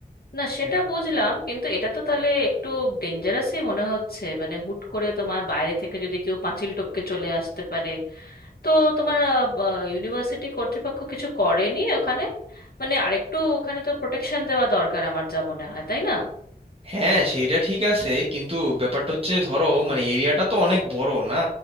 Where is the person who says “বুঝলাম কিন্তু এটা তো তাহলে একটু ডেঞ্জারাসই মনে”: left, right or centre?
Left